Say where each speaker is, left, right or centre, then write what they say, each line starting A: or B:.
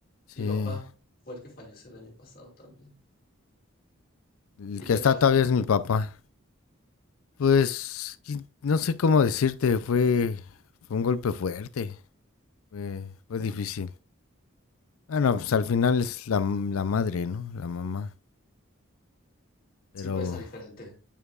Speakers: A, on the left; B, on the left.
A: Sí.
B: Mi papá fue el que falleció el año pasado también.
A: El
B: ¿Y
A: que
B: qué
A: está
B: tal?
A: todavía es mi papá. Pues, qui- no sé cómo decirte, fue, fue un golpe fuerte. Fue, fue difícil. Bueno, pues al final es la, la madre, ¿no? La mamá.
B: Sí
A: Pero,
B: pesa diferente.